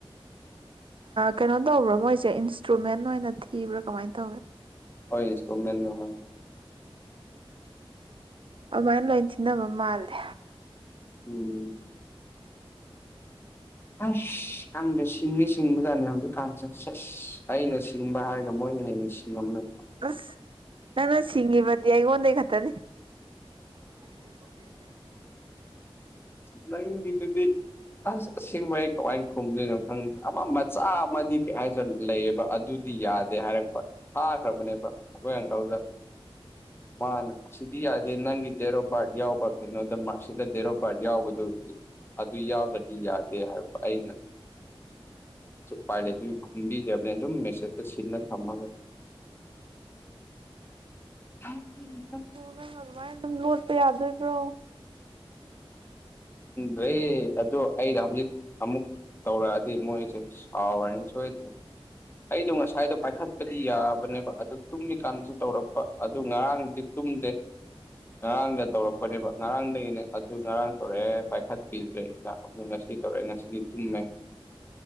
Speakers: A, on the right; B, on the left.
A: ꯀꯩꯅꯣ ꯇꯧꯕ꯭ꯔꯣ ꯃꯣꯏꯁꯦ ꯏꯟꯁꯇ꯭ꯔꯨꯃꯦꯟ ꯑꯣꯏꯅ ꯊꯤꯕ꯭ꯔꯥ ꯀꯃꯥꯏꯅ ꯇꯧꯒꯦ
B: ꯍꯣꯏ ꯏꯟꯁꯇꯣꯜꯃꯦꯟ ꯅ ꯍꯣꯏ
A: ꯑꯗꯨꯃꯥꯏꯅ ꯂꯣꯏ ꯊꯤꯟꯅꯕ ꯃꯥꯜꯂꯦ
B: ꯎꯝ ꯑꯁ ꯅꯪꯗ ꯁꯤꯡꯉꯤ ꯁꯤꯡꯕ ꯖꯥꯠꯅꯤ ꯍꯧꯖꯤꯛ ꯐꯥꯟꯁꯦ ꯑꯁ ꯑꯩꯅ ꯁꯤꯡꯕ ꯍꯥꯏꯔꯒ ꯃꯣꯏꯅ ꯍꯩꯅꯁꯤ ꯖꯤꯟꯅ
A: ꯑꯁ ꯅꯥꯟ ꯍꯤꯡꯤꯕꯗꯤ ꯑꯩꯒꯣꯟꯗꯩꯠꯇꯗꯤ
B: ꯅꯪꯒꯤꯗꯨꯗꯤ ꯑ ꯁꯤꯡꯕ ꯑꯩ ꯀꯃꯥꯏꯅ ꯈꯨꯝꯗꯣꯏꯅꯣ ꯈꯪꯗꯦ ꯑꯃ ꯃꯆꯥ ꯑꯃꯗꯤ ꯀꯩ ꯍꯥꯏꯁꯨ ꯂꯩꯌꯦꯕ ꯑꯗꯨꯗꯤ ꯌꯥꯗꯦ ꯍꯥꯏꯔꯛꯄ ꯊꯥꯈ꯭ꯔꯕꯅꯦꯕ ꯑꯩꯈꯣꯏ ꯑꯪꯀꯜꯗ ꯃꯥ ꯁꯤ ꯌꯥꯗꯦ ꯅꯪꯒꯤ ꯇꯦꯔꯣꯕꯥꯔꯠ ꯌꯥꯎꯕ ꯀꯩꯅꯣꯗ ꯃꯥꯁꯤꯗ ꯇꯦꯔꯣꯕꯥꯔꯠ ꯌꯥꯎꯕꯗꯨ ꯑꯗꯨ ꯌꯥꯎꯗꯗꯤ ꯌꯥꯗꯦ ꯍꯥꯏ ꯑꯩꯅ ꯄꯥꯏꯂꯦꯒꯨꯝꯕꯤ ꯗꯦꯕꯅꯦ ꯑꯗꯨꯝ ꯃꯦꯁꯦꯖ ꯁꯤꯟꯅ ꯊꯝꯃꯒ ꯑ
A: ꯅꯪ ꯑꯗꯨꯃꯥꯏꯅ ꯑꯗꯨꯝ ꯂꯣꯠꯄ ꯌꯥꯗꯣꯏꯕ꯭ꯔꯣ
B: ꯅꯦ ꯑꯗꯨ ꯑꯩ ꯍꯧꯖꯤꯛ ꯑꯃꯨꯛ ꯇꯧꯔꯛꯑꯗꯤ ꯃꯣꯏꯁꯦ ꯁꯥꯎꯔꯦꯅꯤ ꯁꯣꯏꯗ꯭ꯔꯦ ꯑꯩꯗꯣ ꯉꯁꯥꯏꯗꯣ ꯄꯥꯏꯈꯠꯄꯗꯤ ꯌꯥꯕꯅꯦꯕ ꯑꯗꯨ ꯇꯨꯝꯃꯤꯀꯥꯟꯗꯁꯨ ꯇꯧꯔꯛꯄ ꯑꯗꯨ ꯉꯔꯥꯡꯗꯤ ꯇꯨꯝꯗꯦ ꯉꯔꯥꯡꯗ ꯇꯧꯔꯛꯄꯅꯦꯕ ꯉꯔꯥꯡꯗꯒꯤꯅꯦ ꯑꯗꯨ ꯉꯔꯥꯡ ꯇꯧꯔꯦ ꯄꯥꯏꯈꯠꯄꯤꯗ꯭ꯔꯦ ꯑꯃ ꯉꯁꯤ ꯇꯧꯔꯦ ꯉꯁꯤꯗꯤ ꯇꯨꯝꯃꯦ